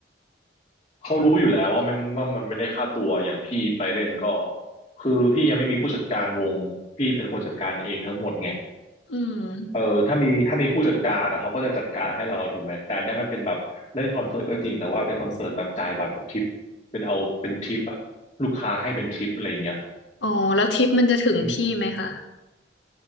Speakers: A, on the left; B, on the left.
A: เขารู้อยู่แล้วว่ามันว่ามันไม่ได้ค่าตัวอย่างพี่ไปเล่นก็คือพี่ยังไม่มีผู้จัดการวงพี่เป็นคนจัดการเองทั้งหมดไง
B: อืม
A: เออถ้ามีถ้ามีผู้จัดการอะเขาก็จะจัดการให้เราถูกไหมแต่อันเนี้ยมันเป็นแบบเล่นคอนเสิร์ตก็จริงแต่ว่าเป็นคอนเสิร์ตแบบจ่ายบัตรแบบทิปเป็นเอาเป็นทิปอะลูกค้าให้เป็นทิปอะไรอย่างเงี้ย
B: อ๋อแล้วทิปมันจะถึงพี่ไหมคะ
A: อืม